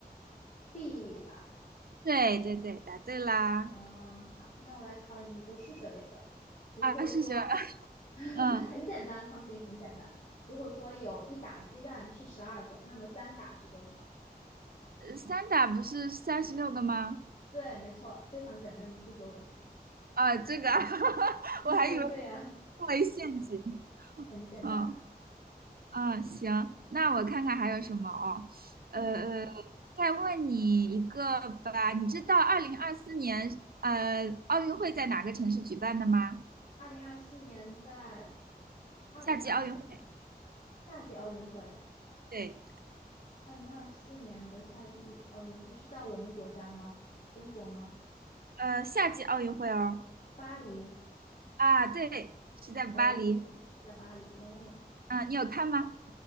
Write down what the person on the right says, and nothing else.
对对对，答对啦！
啊，数学，
嗯，
三打不是三十六个吗？
啊，这个啊，<laughs>
我还以为
我中了一陷阱。
嗯。嗯，行，那我看看还有什么哦，呃，
再问你一个吧，你知道二零二四年呃奥运会在哪个城市举办的吗？
夏季奥运会，
对，
呃，夏季奥运会哦，
啊，对，是在巴黎，
嗯，你有看吗？